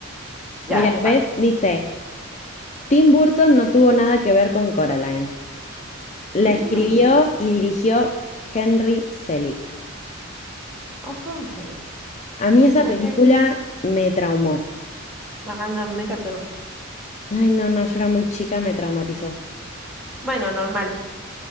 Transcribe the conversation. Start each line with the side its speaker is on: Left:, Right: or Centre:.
Centre: Ya,
Left: Mira, ¿ves?
Centre: va.
Left: Dice, Tim Burton no tuvo nada que ver con Coraline. La
Centre: Mm,
Left: escribió y dirigió Henry Selick.
Centre: oh, cónchale.
Left: A mí
Centre: Me
Left: esa
Centre: equivoqué.
Left: película me traumó.
Centre: Ah, no, a mí me encantó.
Left: Ay, no, no, yo era muy chica, me traumatizó.
Centre: Bueno, normal.